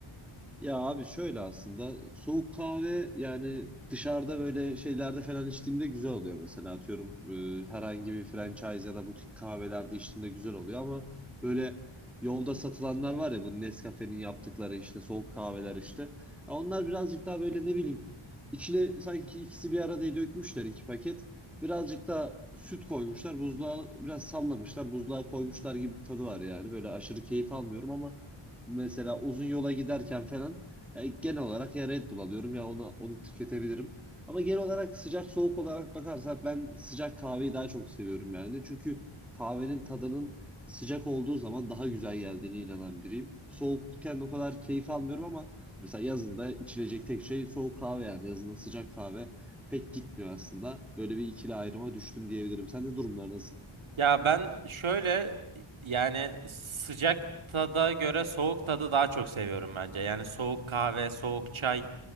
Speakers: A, in the centre; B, on the right (about 70°).
A: Ya abi şöyle aslında soğuk kahve yani dışarıda böyle şeylerde falan içtiğimde güzel oluyor mesela atıyorum e, herhangi bir franchise ya da butik kahvelerde içtiğimde güzel oluyor ama böyle yolda satılanlar var ya bu Nescafe'nin yaptıkları işte soğuk kahveler işte Ya onlar birazcık daha böyle ne bileyim içine sanki ikisi bir arada dökmüşler iki paket birazcık da süt koymuşlar buzluğa biraz sallamışlar buzluğa koymuşlar gibi bir tadı var yani böyle aşırı keyif almıyorum ama Mesela uzun yola giderken falan ya genel olarak ya Red Bull alıyorum ya onu onu tüketebilirim. Ama genel olarak sıcak soğuk olarak bakarsak ben sıcak kahveyi daha çok seviyorum yani. Çünkü kahvenin tadının sıcak olduğu zaman daha güzel geldiğine inanan biriyim. Soğukken o kadar keyif almıyorum ama mesela yazında içilecek tek şey soğuk kahve yani. Yazında sıcak kahve pek gitmiyor aslında. Böyle bir ikili ayrıma düştüm diyebilirim. Senin de durumlar nasıl?
B: Ya ben şöyle yani sıcak tada göre soğuk tadı daha çok seviyorum bence. Yani soğuk kahve, soğuk çay.